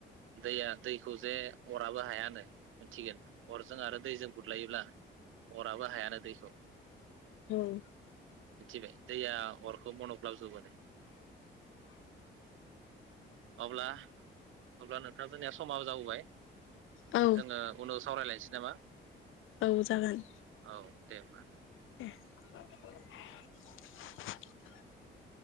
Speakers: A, on the right (about 85°); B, on the left (about 90°).
A: दैया दैखौ जे अराबो हायानो मिथिगोन अरजों आरो दैजों बुज्लायोब्ला। अराबो हायानो दैखौ।
B: हुम।
A: मिथिबाय दैया अरखौ मनग्लाबजोबोनो। अब्ला अब्ला नोंथां जोंनिया समा जाबोबाय
B: औ
A: जोङो उनाव स सावरायलायनोसै नामा?
B: औ जागोन।
A: औ दे होनोमबा।
B: <inaudible>